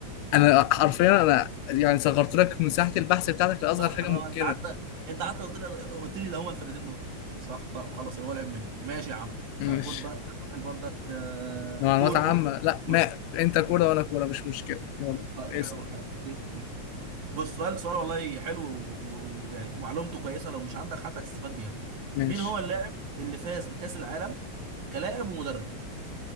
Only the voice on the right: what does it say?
صح
طبعا
انت حتى انت حتى قلت لي قلت لي ده هما الفرقتين دول صح طب خلاص هو لعب مني ماشي يا عم
طب خد بقى انت سؤال برضك آه،
كوره
خليك
كوره
طيب
حلو حلو خليك اديك سؤال كوره بص سؤال سؤال والله حلو و- و- ويعني معلومته كويسه لو مش عندك حتى هتستفاد بيها
مين هو اللاعب اللي فاز بكاس العالم كلاعب ومدرب